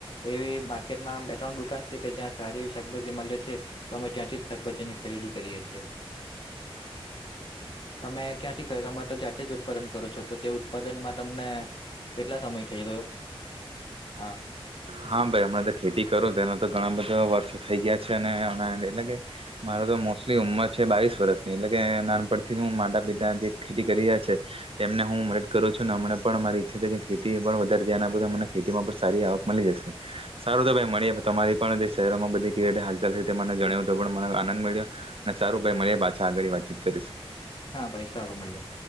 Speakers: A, on the left; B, on the right.
A: એવી માર્કેટમાં બે ત્રણ દુકાન છે કે જ્યાં સારી શાકભાજી મળે છે, તો અમે ત્યાંથી જ શાકભાજીની ખરીદી કરીએ છીએ. તમે ક્યાંથી ખ તમે તો જાતે જ ઉત્પાદન કરો છો તો તે ઉત્પાદનમાં તમને કેટલા સમય થઈ ગયો. હા
B: હા ભાઈ હમણાં તો ખેતી કરું એના તો ઘણા બધા વર્ષો થઈ ગયા છે અને એટલે કે મારો તો મોસ્ટલી ઉંમર છે બાવીસ વર્ષની એટલે કે નાનપણથી જ હું માતા પિતા જે ખેતી કરી રહ્યા છે તેમને હું મદદ કરું છું ને હમને પણ મારી ઈચ્છા છે કે ખેતી પણ વધારે જયાના પ અમને ખેતીમાં પણ સારી આવક મળી જશે. સારું તો ભાઈ મળી તમારી પણ શહેરોમાં બધી ક હાલચાલ છે તે મને જણાવ તો પણ મને આનંદ મળ્યો. અને સારું ભાઈ મળીએ પાછા આગળ વાતચીત કરીશું.
A: હા ભાઈ સારું મળ્યે